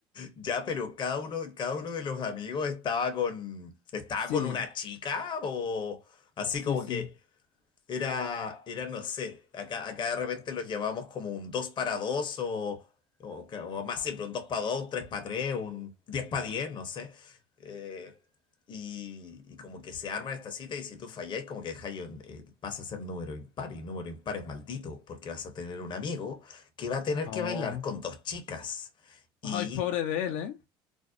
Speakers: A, on the left; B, on the left.
A: Ya, pero cada uno, cada uno de los amigos estaba con, estaba
B: Sí,
A: con una chica o así
B: sí,
A: como
B: sí.
A: que... Era, era, no sé, acá, acá de repente los llamamos como un 2 para 2 o, o, ca- o más siempre, un 2 para dos un 3 para tres un 10 para diez no sé. Eh, y, y como que se arma esta cita y si tú falláis, como que dejáis, un- eh, vas a ser número impar y número impar es maldito porque vas a tener un amigo que va a tener
B: Oh.
A: que bailar con dos chicas. Y
B: Ay, pobre de él, ¿eh?